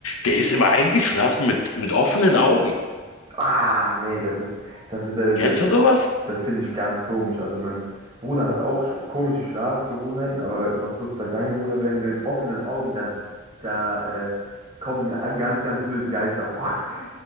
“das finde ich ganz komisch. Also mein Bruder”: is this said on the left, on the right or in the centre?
Right